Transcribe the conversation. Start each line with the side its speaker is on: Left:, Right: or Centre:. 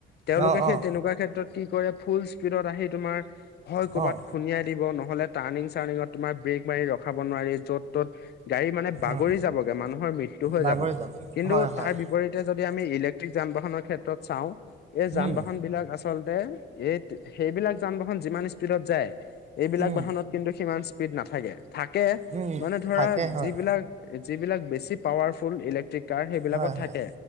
Left: তেওঁলোকে
Right: অ',
Left: সেই
Right: অ',
Left: তেনেকুৱা ক্ষেত্ৰত কি কৰে ফুল স্পীডত আহি তোমাৰ হয় ক'ৰবাত
Right: অ',
Left: খুনিয়ায় দিব নহলে টাৰ্ণিং চাৰ্ণিঙত তোমাৰ ব্ৰেক মাৰি ৰখ ৰখাব নোৱাৰি য'ত ত'ত গাড়ী মানে বাগৰি
Right: অ'।
Left: যাবগে মানুহৰ মৃত্যু হয়
Right: বাগৰি
Left: যাব,
Right: যাওঁ
Left: কিন্তু
Right: হয় হয়
Left: তাৰ বিপৰীতে যদি আমি ইলেক্ট্ৰিক যান বাহনৰ ক্ষেত্ৰত চাওঁ এই যান
Right: উম
Left: বাহন বিলাক আছে আচলতে, এই সেইবিলাক যান বাহন যিমান স্পীডত যায় এইবিলাক
Right: উম
Left: বাহনত কিন্তু সিমান নাথাকে থাকে
Right: উম
Left: মানে ধৰা
Right: থাকে হয়
Left: যিবিলাক যিবিলাক বেছি পাৱাৰফুল ইলেক কাৰ সেইবিলাকত
Right: হয়
Left: থাকে,
Right: হয়